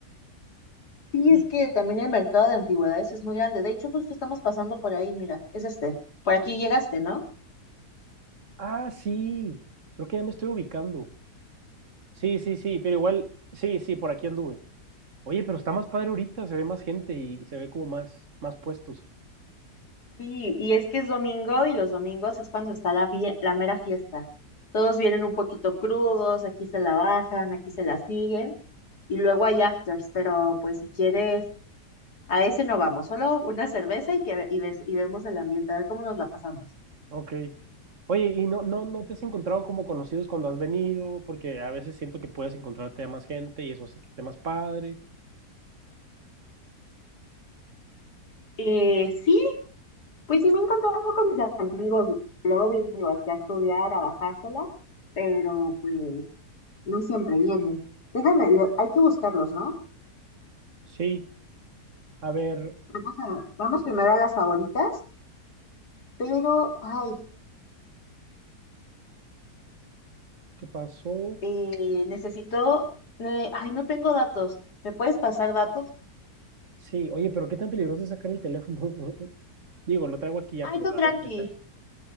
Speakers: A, on the left; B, on the right.
A: Sí,
B: vi.
A: es que también el mercado de antigüedades es muy grande. De hecho, justo estamos pasando por ahí, mira, es este. Por aquí llegaste, ¿no?
B: Ah, sí, creo que ya me estoy ubicando. Sí, sí, sí, pero igual, sí, sí, por aquí anduve. Oye, pero está más padre ahorita, se ve más gente y se ve como más, más puestos.
A: Sí, y es que es domingo y los domingos es cuando está la, vie- la mera fiesta. Todos vienen un poquito crudos, aquí se la bajan, aquí se la siguen y luego hay afters, pero pues si quieres A ese no vamos, solo una cerveza y, que, y, ves- y vemos el ambiente, a ver cómo nos la pasamos.
B: Ok. Oye, ¿y no, no, no te has encontrado como conocidos cuando has venido? Porque a veces siento que puedes encontrarte a más gente y eso hace que esté más padre.
A: Eh, sí, pues sí me he encontrado con mis amigos. Luego vengo aquí a estudiar, a bajársela, pero pues no siempre vienen. Déjame, lo- hay que buscarlos, ¿no?
B: Sí, a ver,
A: Vamos a, vamos primero a las favoritas, pero, ay,
B: ¿qué pasó?
A: Eh, necesito, eh, ay, no tengo datos. ¿Me puedes pasar datos?
B: Sí, oye, pero qué tan peligroso es sacar el teléfono. <laughs> Digo, lo traigo aquí ya,
A: Ay,
B: pero
A: tú
B: a
A: tranqui.
B: ver, deja,